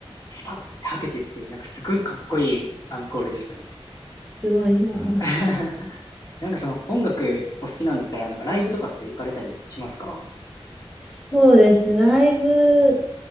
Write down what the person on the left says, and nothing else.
スパッてはけてっていう、なんかすごいかっこいいアンコールでしたね。
<laughs> なんかその音楽お好きなんだったら、なんかライブとかって行かれたりしますか